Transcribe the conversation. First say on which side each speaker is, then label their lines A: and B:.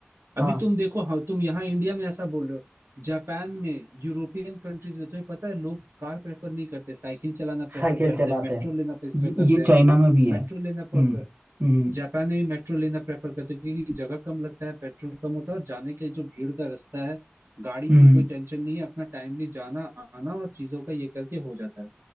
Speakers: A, on the right (about 70°); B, on the right (about 45°).
A: अभी
B: हाँ
A: तुम देखो हाँ तुम यहाँ इंडिया में ऐसा बोल रहे हो जापान में यूरोपियन कंट्रीज में तुम्हें पता है लोग कार प्रेफर नहीं करते साइकिल चलाना प्रेफर
B: साइकिल
A: करते
B: चलाते
A: हैं मेट्रो
B: हैं
A: लेना प्रेफर
B: ये
A: करते
B: ये
A: हैं
B: चाइना में भी है
A: मेट्रो
B: हम्म
A: लेना प्रेफर
B: हम्म
A: जापान में भी मेट्रो लेना प्रेफर करते हैं क्योंकि जगह कम लगता है पेट्रोल कम होता है और जाने के जो भीड़ का रास्ता है गाड़ी
B: हम्म
A: की कोई टेंशन नहीं है अपना टाइमली जाना आना और चीजों का ये करके हो जाता है